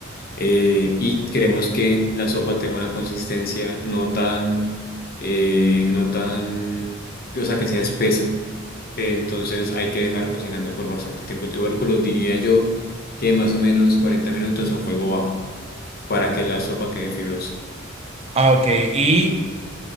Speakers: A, on the left; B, on the right.
A: eh, y queremos que la sopa tenga una consistencia no tan, eh, no tan, o sea, que sea espesa. Eh, Entonces hay que dejar cocinando por bastante tiempo el tubérculo, diría yo que más o menos 40 minutos a fuego bajo para que la sopa quede fibrosa.
B: Ah, ok, y